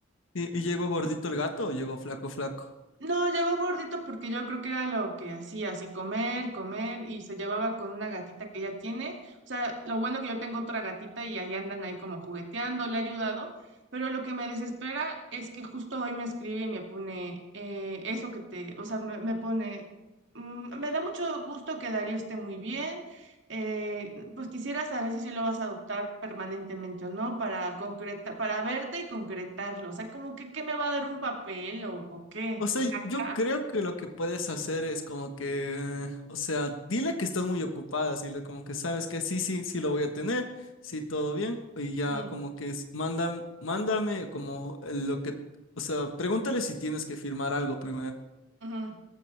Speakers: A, on the left (about 75°); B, on the right (about 60°).
A: ¿Y, y llegó gordito el gato o llegó flaco, flaco?
B: No, llegó gordito porque yo creo que era lo que hacía, así comer, comer, y se llevaba con una gatita que ella tiene. O sea, lo bueno que yo tengo otra gatita y ahí andan ahí como jugueteando, le he ayudado, pero lo que me desespera es que justo hoy me escribe y me pone eh, eso que te, o sea, me, me pone, mm, me da mucho gusto que Darío esté muy bien, eh, pues quisiera saber si sí lo vas a adoptar permanentemente o no para concreta, para verte y concretarlo. O sea, como que, ¿qué me va a dar un papel o, o qué?
A: O sea, yo
B: ¿Ah?
A: creo que lo que puedes hacer es como que, o sea, dile que estás muy ocupada, así le- como que sabes que sí, sí, sí lo voy a tener, sí, todo bien, y ya
B: Ujú,
A: como que es, mándame, mándame como lo que, o sea, pregúntale si tienes que firmar algo primero.
B: ujú,